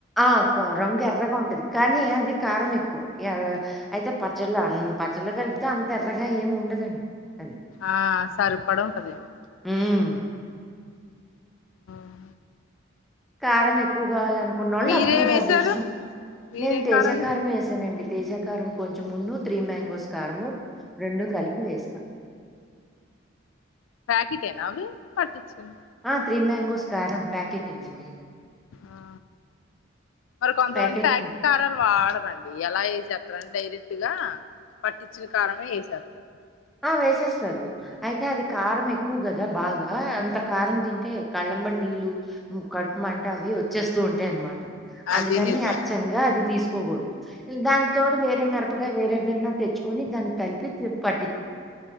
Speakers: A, in the centre; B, on the left (about 85°).
A: ఆహ్ కార రంగు ఎర్రగా ఉంటది కానీ. అది కారం ఎక్కువ అయితే ఎర్ పచ్చళ్ళు ఆహ్ పచ్చళ్ళు కలిపితే అంత ఎర్రగా ఏమి ఉండదండి. అది.
B: ఆహ్ సరిపడా ఉంటదేమో.
A: హ్మ్.
B: ఆహ్.
A: కారం ఎక్కువ కావాలనుకున్నోళ్ళు
B: మీరేం
A: అబ్బుగా
B: ఏసారు?
A: అది చేసుకుని
B: మీరేం
A: నేను తేజకారమే
B: కారం
A: వేసానండి. తేజాకారం కొంచెమును త్రీ మ్యాంగోస్ కారము రెండు కలిపి వేస్తాం.
B: ప్యాకెటేనా అవి పట్టించినవి.
A: ఆహ్ త్రీ మ్యాంగోస్ క్యారం ప్యాకెటేనండి.
B: ఆహా! మరి కొంతమంది
A: ప్యాకెట్‌తో
B: ప్యాకెట్ కారాలు వాడరండి అలా వసేస్తారడి డైరెక్ట్ గా. పట్టించిన కారమే వేసేస్తారు.
A: ఆహ్ వేసేస్తారు అయితే అది కారం
B: ఆ!
A: ఎక్కువ కదా బాగా అంత కారం తింటే కళ్ళకు. చెంబడు నీలు. కడుపు మంట అవి వచ్చేస్తూ ఉంటాయి అన్నమాట
B: అది
A: అందుకని
B: నిజమే
A: అచ్చంగా అది తీసుకోకూడదు. దానికి తోడు వేరే మిరపకాయ వేరేదన్నా తెచ్చుకొని దానికి కలిపి పట్.